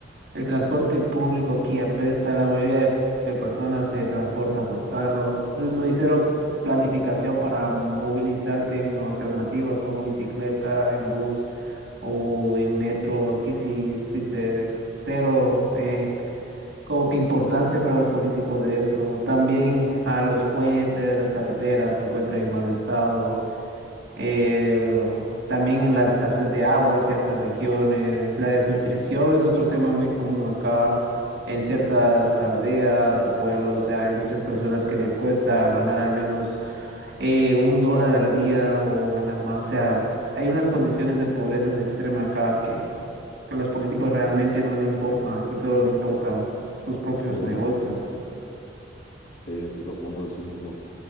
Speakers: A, on the right (about 70°); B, on the left (about 80°).
A: El transporte público aquí apesta, la mayoría de, de personas se transporta por carro, entonces no hay cero planificación para movilizarte en alternativas como bicicleta, en bus o en metro. Aquí sí existe cero eh, como que importancia para los políticos de eso. También a los puentes, las carreteras se encuentran en mal estado eh, también en la escasez de agua en ciertas regiones, la desnutrición es otro tema muy común acá en ciertas aldeas o pueblos, o sea, hay muchas personas que le cuesta ganar al menos eh, un dólar al día o ganar más, o sea, hay unas condiciones de pobreza extrema acá que, que a los políticos realmente no le importan, aquí solo le importan sus propios
B: Uno
A: negocios.
B: mismo, se, se preocupan por sí mismo.